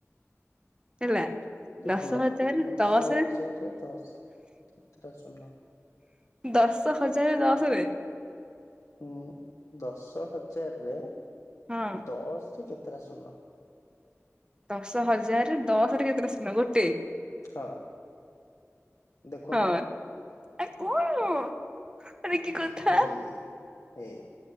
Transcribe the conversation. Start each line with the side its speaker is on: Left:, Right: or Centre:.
Right: ହେଲା
Left: ଦେଖୁନ
Right: ଦଶ ହଜାରରେ
Left: ଦଶ
Right: ଦଶରେ
Left: ହଜାରରେ ଦଶ କେତେଟା ଶୂନ
Right: ଦଶ ହଜାର ଦଶ ରେ
Left: ହୁଁ ଦଶ ହଜାରରେ
Right: ହଁ
Left: ଦଶ ରେ କେତେଟା ଶୂନ?
Right: ଦଶ ହଜାର ଦଶରେ କେତେଟା ଶୂନ ଗୋଟେ।
Left: ହଁ। ଦେଖୁନ
Right: ହଁ ଆ କଣ? ଆରେ କି କଥା
Left: ହେଇ ହେଇ